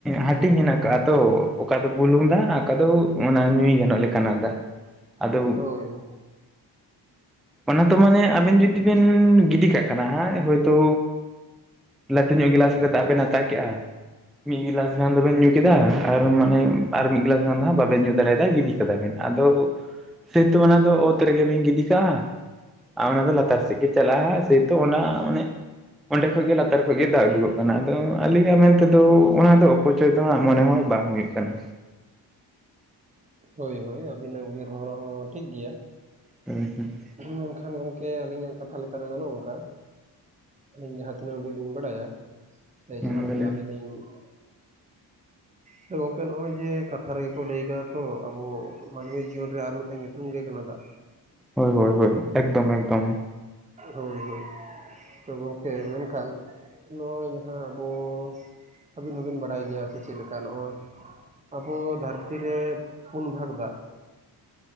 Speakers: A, in the centre; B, on the right.
A: ᱦᱟᱴᱤᱧ ᱦᱮᱱᱟᱜ ᱠᱟᱜᱼᱟ ᱛᱚ᱾ ᱚᱠᱟ ᱫᱚ ᱵᱩᱞᱩᱝ ᱫᱟᱜ ᱟᱠᱟ ᱫᱚ ᱚᱱᱟ ᱧᱩᱭ ᱜᱟᱱᱚᱜ ᱞᱮᱠᱟᱱᱟᱜ ᱫᱟᱜ᱾ ᱟᱫᱚ
B: ᱦᱳᱻᱭ ᱦᱳᱭ᱾
A: ᱚᱱᱟ ᱛᱚ ᱢᱟᱱᱮ ᱟᱵᱤᱱ ᱡᱩᱫᱤ ᱵᱤᱱ ᱜᱤᱰᱤ ᱠᱟᱜ ᱠᱟᱱᱟ ᱦᱟᱸ ᱦᱳᱭ ᱛᱳ ᱞᱟᱹᱴᱩ ᱧᱚᱜ ᱜᱮᱞᱟᱥ ᱨᱮ ᱫᱟᱜ ᱵᱮᱱ ᱦᱟᱛᱟ ᱠᱮᱜᱼᱟ, ᱢᱤᱜ ᱜᱮᱞᱟᱥ ᱜᱟᱱ ᱫᱚᱵᱤᱱ ᱧᱩᱸ ᱠᱮᱫᱟ ᱟᱨ ᱢᱟᱱᱮ ᱟᱨ ᱢᱤᱜ ᱜᱮᱞᱟᱥ ᱜᱟᱱ ᱫᱚ ᱦᱟᱸᱜ ᱵᱟᱵᱮᱱ ᱧᱩᱸ ᱫᱟᱲᱮᱭᱟᱫᱟᱜᱼᱟ ᱜᱤᱰᱤ ᱠᱟᱫᱟ ᱵᱤᱱ ᱟᱫᱚ ᱥᱟᱹᱭᱛᱚ ᱚᱱᱟᱫᱚ ᱚᱛ ᱨᱮᱜᱮ ᱵᱤᱱ ᱜᱤᱰᱤ ᱠᱟᱜᱼᱟ, ᱟ ᱚᱱᱟ ᱫᱚ ᱞᱟᱛᱟᱨ ᱥᱮᱜ ᱜᱮ ᱪᱟᱞᱟᱜᱼᱟ, ᱥᱟᱹᱭᱛᱚ ᱚᱱᱟ ᱢᱟᱱᱮᱜ ᱚᱸᱰᱮ ᱠᱷᱚᱡ ᱜᱮ ᱞᱟᱛᱟᱨ ᱠᱷᱚᱡ ᱜᱮ ᱫᱟᱜ ᱩᱰᱩᱠᱚᱜ ᱚᱱᱟᱜ ᱫᱚ ᱟᱹᱞᱤᱧᱟᱜ ᱢᱮᱱ ᱛᱮᱫᱚ ᱚᱱᱟ ᱫᱚ ᱚᱯᱚᱪᱚᱭ ᱛᱚᱦᱟᱸᱜ ᱢᱚᱱᱮ ᱦᱚᱭ ᱵᱟᱝ ᱦᱩᱭᱩᱜ ᱠᱟᱱᱟ᱾
B: ᱦᱳᱭ ᱦᱳᱭ ᱟᱹᱵᱤᱱᱟᱜ ᱩᱭᱦᱟᱹᱨ ᱵᱷᱟᱵᱽᱱᱟ ᱦᱚᱸ ᱴᱷᱤᱠ ᱜᱮᱭᱟ᱾
A: ᱦᱮᱸ ᱦᱮᱸ᱾
B: <unintelligible> ᱢᱮᱱᱠᱷᱟᱱ ᱜᱚᱝᱠᱮ ᱟᱹᱞᱤᱧᱟᱜ ᱠᱟᱛᱷᱟ ᱞᱮᱠᱟ ᱨᱮ ᱜᱟᱱᱚᱜᱼᱟ ᱚᱱᱠᱟ, ᱟᱹᱞᱤᱧ ᱡᱟᱦᱟᱸ ᱛᱤᱱᱟᱹᱜ ᱩᱰᱤᱡ ᱞᱤᱧ ᱵᱟᱲᱟᱭᱟ ᱥᱮ
A: ᱦᱩᱸ
B: ᱡᱟᱦᱟᱸ ᱛᱤᱱᱟᱹᱜ ᱟᱹᱞᱤᱧ ᱞᱤᱧᱻ <inaudible> ᱦᱮᱸ ᱜᱚᱝᱠᱮ ᱱᱚᱜᱼᱚᱭ ᱦᱮᱸ ᱠᱟᱛᱷᱟ ᱨᱮᱜᱮ ᱠᱚ ᱞᱟᱹᱭ ᱟᱠᱟᱜᱼᱟ ᱛᱚ ᱟᱵᱚ ᱢᱟᱹᱱᱢᱤ ᱡᱤᱭᱚᱱ ᱨᱮ ᱟᱨ ᱢᱤᱫᱴᱟᱝ ᱧᱩᱛᱩᱢ ᱞᱟᱹᱭ ᱱᱟᱢᱟᱫᱟᱜᱼᱟ᱾
A: ᱦᱳᱭ ᱦᱳᱭ ᱦᱳᱭ ᱮᱠᱫᱚᱢ ᱮᱠᱫᱚᱢ᱾
B: ᱦᱳᱭ ᱦᱳᱭ, ᱛᱚ ᱜᱚᱝᱠᱮ ᱢᱮᱱᱠᱷᱟᱱ ᱱᱚᱜᱼᱚᱭ ᱱᱟᱦᱟᱜ ᱵᱚᱱ ᱟᱹᱵᱤᱱ ᱦᱚᱸᱵᱤᱱ ᱵᱟᱲᱟᱭ ᱜᱮᱭᱟ ᱥᱮ ᱪᱮᱫ ᱞᱮᱠᱟ, ᱱᱚᱜᱼᱚᱭ ᱟᱵᱚ ᱫᱷᱟᱹᱨᱛᱤ ᱨᱮ ᱯᱩᱱ ᱵᱷᱟᱜᱽ ᱫᱟᱜ